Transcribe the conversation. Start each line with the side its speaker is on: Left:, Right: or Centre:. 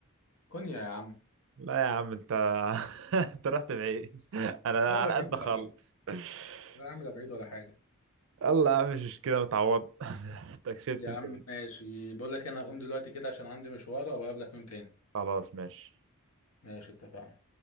Left: كونيا يا عم
Right: لا يا عم انت <laughs> انت رحت بعيد انا
Left: لا
Right: على
Left: ده بعيد
Right: قد
Left: ولا
Right: خالص
Left: حاجه
Right: <laughs>
Left: لا يا عم ده بعيد ولا حاجه
Right: يلا يا عم مش مشكلة متعوض <laughs> انت كسبت
Left: يا
Right: انت
Left: عم
Right: جيت.
Left: ماشي بقول لك إيه، انا هقوم دلوقتي كده عشان عندي مشوار وابقى اقابلك يوم تاني
Right: خلاص ماشي
Left: ماشي اتفقنا